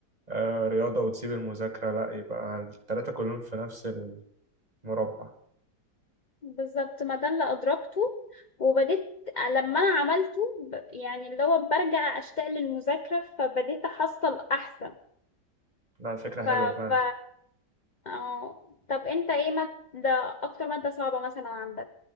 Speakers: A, on the right (about 25°); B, on the left (about 45°).
A: آه، رياضة وتسيب المذاكرة لا يبقى التلاتة كلهم في نفس المربع
B: بالظبط ما ده اللي ادركته وبديت لما انا عملته ب- يعني اللي هو برجع اشتاق للمذاكره فبديت احصل احسن
A: لا فكرة حلوة
B: ف
A: فعلا
B: ف اه طب انت ايه مادة اكتر مادة صعبة مثلا عندك